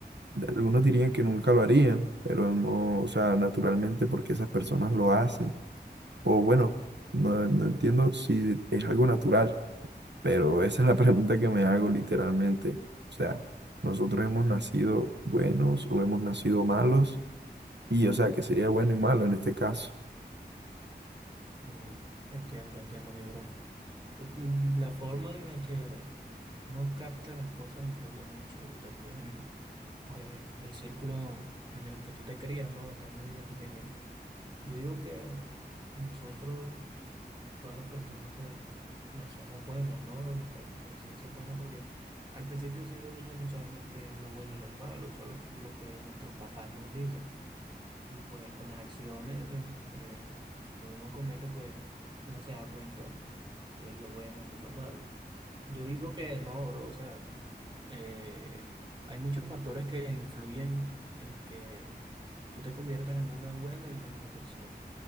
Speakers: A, on the right; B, on the right.
A: Algunos dirían que nunca lo harían, pero no, o sea, naturalmente porque esas personas lo hacen. O bueno, no, no entiendo si es algo natural, pero esa es la <laughs> pregunta que me hago literalmente. O sea, nosotros hemos nacido buenos o hemos nacido malos, y o sea, que sería bueno y malo en este caso.
B: Mm, Entiendo, entiendo, mi bro. Mm, La forma en la que no capta las cosas influye mucho y también, pues, el círculo en el que tú te crías, ¿no? Estando desde pequeño. Yo digo que nosotros todas las personas pues nacemos buenas, ¿no? Nuestra conciencia es buena porque al principio siendo niños no sabemos qué es lo bueno y lo malo, solo lo que nuestros papás nos dicen. Y pues con las acciones eh, que uno comete pues no se da cuenta qué es lo bueno, qué es lo malo. Yo digo que no, bro, o sea, eh, hay muchos factores que influyen en que tú te conviertas en una buena y una mala persona.